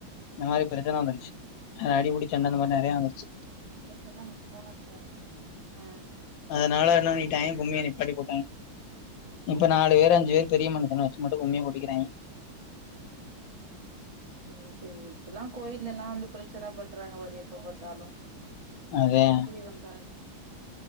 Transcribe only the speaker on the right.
பலசல வூட்டு போனா அடிக்கா இருத்தது உம்
சேரி சேர் இப்பல்லா கோயிலல்லா வந்து பிரச்சன பண்றாங்க பாரு எப்ப பாத்தாலு
என்னன்னே இப்டி பண்றா